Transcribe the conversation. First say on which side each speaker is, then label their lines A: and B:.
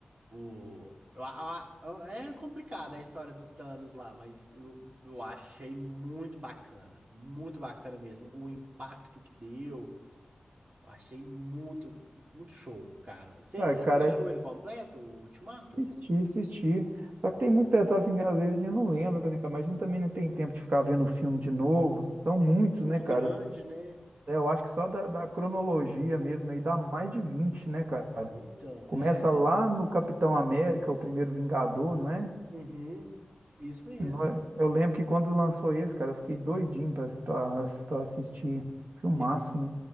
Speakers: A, on the right (about 45°); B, on the right (about 70°).
A: o, a- a- a- é complicada a história do Thanos lá, mas eu, eu achei muito bacana, muito bacana mesmo, o impacto que deu, eu achei muito, muito show, cara. Você
B: ah, cara,
A: assistiu ele completo, o Ultimato?
B: assisti, assisti. Só que tem muito detalhe assim, que às vezes a gente não lembra, né, cara? Mas a gente também não tem tempo de ficar vendo o filme de novo. São
A: É,
B: muitos,
A: é muito
B: né, cara?
A: grande, né?
B: É, eu acho que só da, da cronologia mesmo aí dá mais de 20, né, cara?
A: Então,
B: Começa
A: é,
B: lá no Capitão América, o primeiro Vingador, não é?
A: uhum, isso mesmo.
B: Nó- Eu lembro que quando lançou esse, cara, eu fiquei doidinho pra, pra, pra assistir. Filmaço,
A: Teve,
B: né?